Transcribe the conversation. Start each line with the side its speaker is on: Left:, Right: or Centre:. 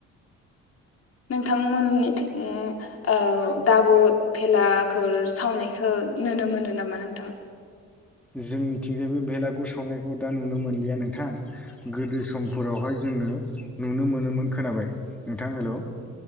Left: नोंथांमोननिथि ओ दाबो भेलाघोर सावनायखो नुनो मोनो नामा नोंथाङ?
Centre: जोंनिथिंजायबो बेलागुर सावनायखौ दा नुनो मोनलिया नों थां गोदो समफोरावहाय जोंनो नुनो मोनो मोन खोनाबाय नोंथां हेल'